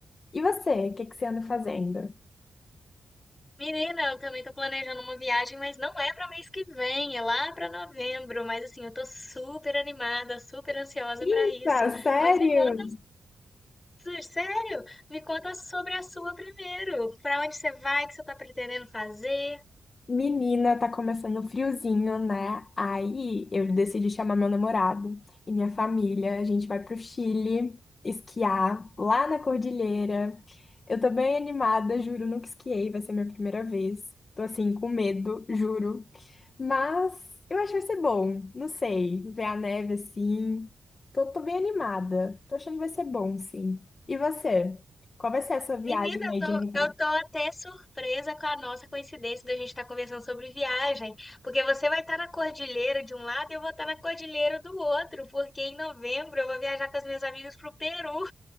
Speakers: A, on the left; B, on the left.
A: E você, o que que você anda fazendo?
B: Menina, eu também tô planejando uma viagem, mas não é pra mês que vem, é lá pra novembro. Mas assim, eu tô super animada, super ansiosa
A: Eita,
B: pra isso.
A: sério?
B: Mas me conta, su- su- sério, me conta sobre a sua primeiro. Pra onde você vai, o que você tá pretendendo fazer?
A: Menina, tá começando o friozinho, né? Aí eu decidi chamar meu namorado e minha família. A gente vai pro Chile esquiar lá na cordilheira. Eu tô bem animada, juro, nunca esquiei, vai ser minha primeira vez. Tô assim, com medo, juro. Mas eu acho que vai ser bom, não sei, ver a neve assim. Tô, tô bem animada, tô achando que vai ser bom, sim. E você? Qual vai ser a sua viagem
B: Menina, eu
A: aí
B: tô,
A: de novembro?
B: eu tô até surpresa com a nossa coincidência da gente estar conversando sobre viagem, porque você vai estar na cordilheira de um lado e eu vou estar na cordilheira do outro, porque em novembro eu vou viajar com as minhas amigas pro Peru.